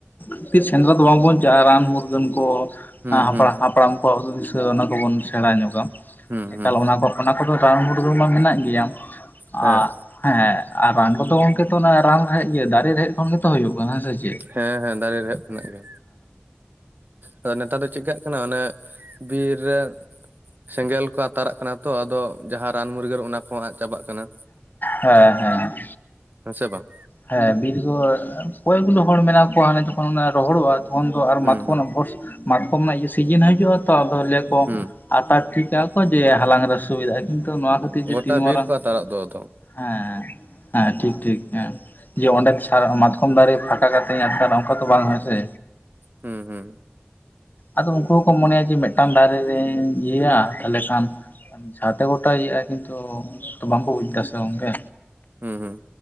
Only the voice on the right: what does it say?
ᱦᱩᱸ
ᱦᱩᱸ
ᱦᱩᱸ
ᱦᱩᱸ
ᱦᱮᱸ
ᱦᱮᱸ ᱦᱮᱸ ᱫᱟᱨᱮ ᱨᱮᱦᱮᱜ ᱠᱷᱚᱱᱟᱜ ᱜᱮ ᱟᱫᱚ ᱱᱮᱛᱟᱨ ᱫᱚ ᱪᱮᱠᱟᱜ ᱠᱟᱱᱟ ᱚᱱᱟ ᱵᱤᱨ ᱨᱮ ᱥᱮᱸᱜᱮᱞ ᱠᱚ ᱟᱛᱟᱨᱟᱜ ᱠᱟᱱᱟ ᱛᱚ ᱟᱫᱚ ᱡᱟᱦᱟᱸ ᱨᱟᱱ ᱢᱩᱨᱜᱟᱹᱱ ᱚᱱᱟ ᱠᱚᱦᱚᱸ ᱟᱫ ᱪᱟᱵᱟᱜ ᱠᱟᱱᱟ᱾
ᱦᱮᱸ ᱥᱮ ᱵᱟᱝ?
ᱦᱩᱸ
ᱦᱩᱸ
ᱦᱩᱸ
ᱜᱚᱴᱟ
ᱵᱤᱨ ᱠᱚ ᱟᱛᱟᱨᱟᱜ ᱫᱚ ᱟᱫᱚ
ᱦᱩᱸ ᱦᱩᱸ
ᱦᱩᱸ ᱦᱩᱸ